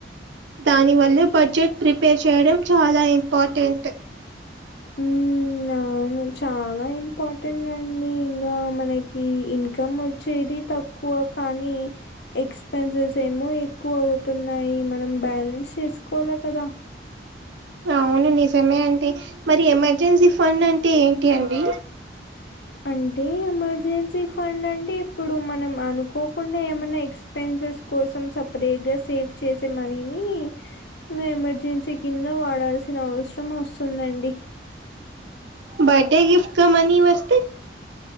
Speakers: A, on the right; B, on the left.
A: దాని వల్ల బడ్జెట్ ప్రిపేర్ చేయడం చాలా ఇంపార్టెంట్
B: ఉమ్ అవును చాలా ఇంపార్టెంట్ అండి ఇంకా మనకి ఇన్కమోచ్చేది తక్కువ కువ కాని ఎక్స్పెన్సెస్ ఏమో ఎక్కువ అవుతున్నాయి మనం బ్యాలెన్స్ చేసుకోవాలె కదా
A: అవును నిజమే అండి మరి ఎమర్జెన్సీ ఫండ్ అంటే ఏంటి అండి
B: అంటే ఎమర్జెన్సీ ఫండ్ అంటే ఇప్పుడు మనం అనుకోకుండా ఏమన్న ఎక్స్ ఎక్స్పెన్సెస్ కోసం సపరేట్గా సేవ్ చేసే మనీని ఇంకా ఎమర్జెన్సీ కింద వాడాల్సిన అవసరం వస్తుందండి
A: బర్డే గిఫ్ట్క మనీ వస్తే